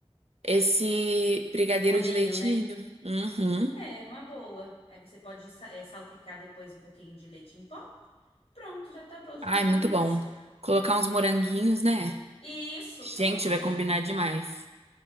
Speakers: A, on the right; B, on the left.
A: esse brigadeiro
B: O ninho,
A: de leite
B: né?
A: ninho. Uhum.
B: É, uma boa. Aí você pode sa- eh, salpicar depois um pouquinho de leite em pó. Pronto, já tá pronto
A: Ai,
B: a sua sobremesa.
A: muito bom. Colocar uns moranguinhos, né?
B: Isso,
A: Gente,
B: pronto
A: vai
B: aí.
A: combinar demais.